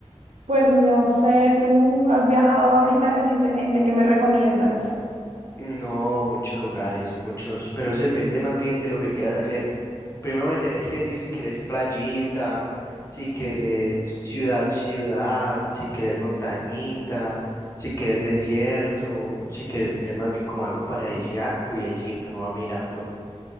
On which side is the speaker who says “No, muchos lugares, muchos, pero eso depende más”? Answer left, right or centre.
Left